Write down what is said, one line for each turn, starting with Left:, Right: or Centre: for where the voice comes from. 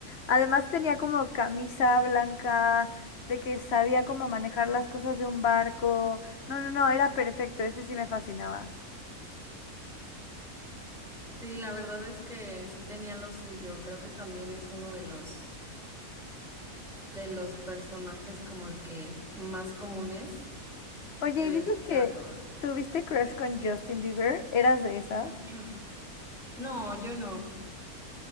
Left: Además tenía como camisa blanca, de que sabía cómo manejar las cosas de un barco. No, no, no, era perfecto, ese sí me fascinaba.
Centre: Sí, la verdad es que sí tenía lo suyo. Creo que también es uno de los, de los personajes como que más comunes
Left: Oye,
Centre: que
Left: y
Centre: le
Left: dices
Centre: guste
Left: que
Centre: a todos.
Left: tuviste crush con Justin Bieber, ¿eras de esas?
Centre: <clears throat> No, yo no.